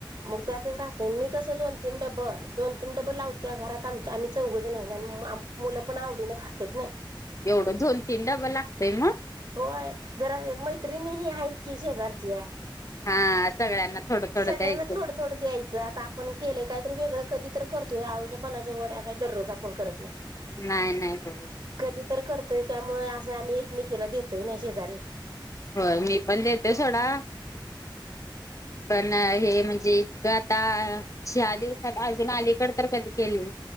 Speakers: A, on the right; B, on the left.
A: मग त्यातच राहते मी कसं दोन तीन डबं दोन तीन डबं लावत त्या घरात आम आम्ही चौघजण आणि मुलं पण आवडीने खातेत नाही
B: एवढं दोन तीन ड्बा लागतय मग
A: होय जरा मैत्रिणी ही आहेत की शेजारची
B: हा सगळ्यांना थोडं थोडं
A: सगळ्यांना
B: द्यायचं
A: थोडं थोडं द्यायचं आता आपण केलं काहीत वेगळं कधी करतोय आळूच्या पनाच्या वड्या काही दररोज आपण करत नाही
B: नाही नाही हो
A: कधी तर करतोय त्यामुळे असं आम्ही एकमेकीला देतोय नाही शेजारी
B: हो मी पण देते सोडा पण हे म्हणजे इतक आता सहा दिवसात अजून अलीकड तर कधी केले.